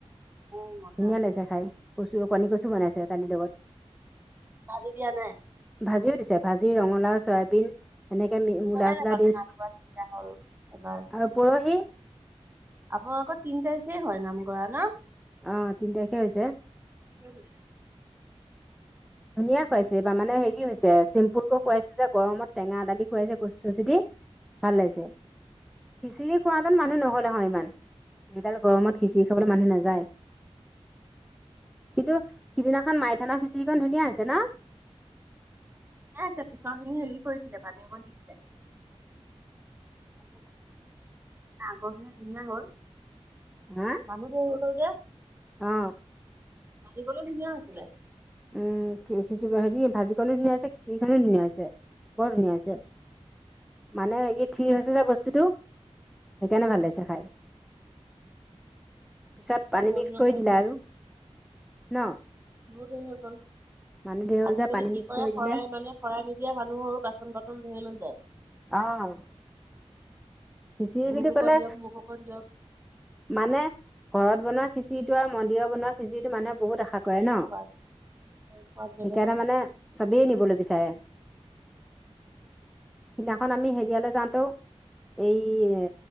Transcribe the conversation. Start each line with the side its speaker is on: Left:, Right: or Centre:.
Right: উম মজা
Centre: ধুনীয়া লাগিছে খাই কচু কণী কচু বনাইছে দালিৰ লগত
Right: ভাজি দিয়া নাই
Centre: ভাজিও দিছে ভাজি ৰঙালাও চয়াবিন এনেকে মূলা
Right: গমেই নাপালো
Centre: চোলা দি
Right: নাম কৰা তেতিয়া হ'ল এবাৰ
Centre: আৰু পৰহি
Right: আপোনালোকৰ তিন তাৰিখে হয় নামগৰা না?
Centre: অ তিন তাৰিখে হৈছে।
Right: ঠিকে
Centre: ধুনীয়া খুৱাইছে এইবাৰ মানে হেৰি হৈছে চিম্পুলকৈ খুৱাইছে যে গৰমত টেঙা দালি খুৱাইছে কচু চচো দি ভাল লাগিছে, খিচিৰি খোৱা হেঁতেন মানুহ নহলে হয় ইমান। এডাল গৰমত খিচিৰি খাবলৈ মানুহ নাযায়। কিন্তু সিদিনাখন মাই থানৰ খিচিৰিখন ধুনীয়া হৈছে ন?
Right: থিকে আছে, পিছৰ খিনি হেৰি কৰিছিলে পানী অকণ দি দিলে।
Centre: <unintelligible>
Right: আগৰখিনি ধুনীয়া হল,
Centre: হা
Right: মানুহ ধেৰ হৈ গল যে
Centre: অ।
Right: ভাঁজিকনো ধুনীয়া হৈছিলে।
Centre: উম খিচ হেৰি ভাজিখনো ধুনীয়া হৈছে খিচিৰিখনো ধুনীয়া হৈছে বৰ ধুনীয়া হৈছে। মানে ই ঠিৰ হৈছে যে বস্তুটো, সেইকাৰণে ভাল লাগিছে খাই। পিছত পানী
Right: কৰোণা
Centre: মিক্স কৰি দিলা আৰু। ন?
Right: সেই হৈ গ'ল।
Centre: মানুহ ধেৰ হ'ল
Right: আজিকালি
Centre: যে পানী
Right: কি
Centre: মিক্স
Right: কৰে
Centre: কৰি
Right: শৰাই
Centre: দিলে
Right: মানে শৰাই নিদিয়া মানুহৰো বাচন বৰ্তন ধেই লৈ যায়
Centre: অ। খিচিৰি বুলি
Right: মোক অকণ
Centre: কলে,
Right: দিয়ক মোক অকণ দিয়ক
Centre: মানে ঘৰত বনোৱা খিচিৰিটো আৰু মন্দিৰৰ বনোৱা খিচিৰিটো মানুহে বহুত আশা
Right: সিহঁতৰ
Centre: কৰে ন,
Right: সোৱাদ সোৱাদ বেলেগ
Centre: সেইকাৰণে
Right: হয়
Centre: মানে চবেই নিবলৈ বিচাৰে। সিনাখন আমি হেৰিয়ালৈ যাওঁতেও এইএ